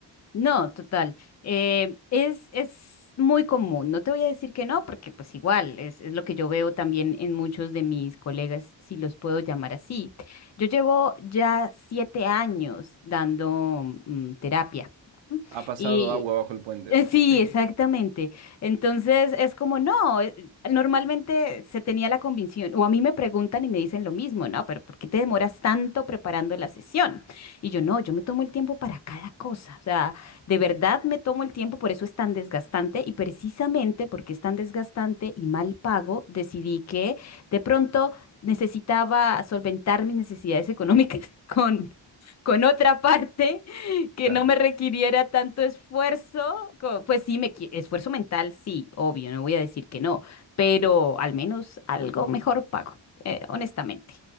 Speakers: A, on the left; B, on the right.
A: No, total. Eh, es, es muy común. No te voy a decir que no, porque pues igual es, es lo que yo veo también en muchos de mis colegas, si los puedo llamar así. Yo llevo ya siete años dando mm, terapia. ¿m?
B: Ha pasado
A: Y
B: agua bajo el puente.
A: eh, Sí,
B: Sí,
A: exactamente. Entonces es como, no, eh, normalmente se tenía la convicción, o a mí me preguntan y me dicen lo mismo, ¿no? Pero ¿por qué te demoras tanto preparando la sesión? Y yo, no, yo me tomo el tiempo para cada cosa, o sea, de verdad me tomo el tiempo, por eso es tan desgastante y precisamente porque es tan desgastante y mal pago, decidí que de pronto necesitaba solventar mis necesidades económicas <laughs> con, con otra parte <laughs> que
B: claro.
A: no me requiriera tanto esfuerzo, co- pues sí, me, qui- esfuerzo mental, sí, obvio, no voy a decir que no, pero al menos algo mejor pago, eh, honestamente.